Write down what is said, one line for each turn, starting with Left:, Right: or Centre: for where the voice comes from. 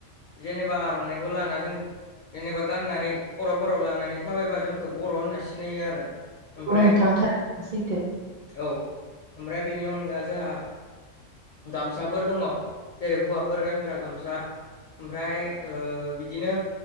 Left: जेनेबा आर'नाइखौ लाना जों जेनेबा गाननानै खर'फोराव लानानै थाबायबा जोंखौ बर' होनना सिनायो आरो ओमफ्राय
Right: औ नोंथां थारैनो सैथो
Left: औ ओमफ्राय बेनि अनगा जोंहा गामसाफोर दङ जेरै हौवाफोर गानग्रा गामसा ओमफ्राय बिदिनो